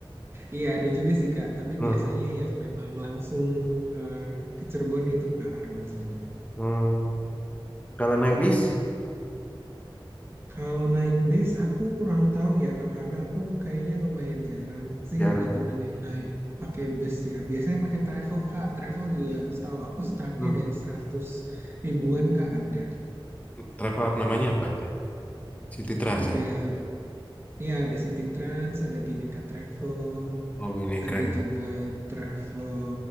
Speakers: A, on the right; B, on the left.
A: Iya ada juga sih Kak, tapi
B: Hmm.
A: biasanya yang memang langsung eh, ke Cirebon itu Kak Argo Cirebon.
B: Hmm. Kalau naik bis
A: Kalau naik bis aku kurang tahu ya Kak karena aku kayaknya lumayan jarang sih
B: jarang.
A: ada temen yang naik pakai bus ya. Biasanya pakai travel Kak. Travel juga setahu aku startnya
B: Hmm.
A: dari 100 ribuan Kak ada.
B: Travel app namanya apa itu? City Trans
A: Ada
B: ya.
A: Iya, ada City Trans, ada Bineka Travel,
B: Oh, ini
A: ada
B: keren.
A: juga travel